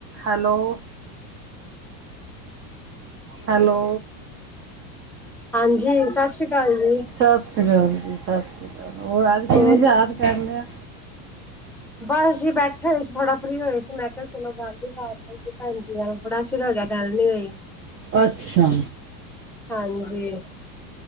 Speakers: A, on the right; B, in the centre.
A: ਹੈਲੋ। ਹੈਲੋ
B: ਹਾਂਜੀ ਸਤਿ ਸ੍ਰੀ ਅਕਾਲ। ਜੀ
A: ਸਤਿ ਸ੍ਰੀ ਅਕਾਲ ਜੀ ਸਤਿ ਸ੍ਰੀ ਅਕਾਲ ਹੋਰ ਅੱਜ ਕਿਵੇਂ
B: ਹੋਰ
A: ਯਾਦ ਕਰ ਲਿਆ।
B: ਬਸ ਜੀ ਬੈਠੇ ਹੋਏ ਸੀ ਥੋੜਾ ਫ੍ਰੀ ਹੋਏ ਸੀ ਮੈਂ ਕਿਹਾ ਚਲੋ ਗਾਂਧੀ ਕਏ ਭੈਣ ਜ ਬੜਾ ਚਿਰ। ਗੱਲ ਨੀ ਹੋਈ।
A: ਅੱਛਾ।
B: ਹਾਂਜੀ।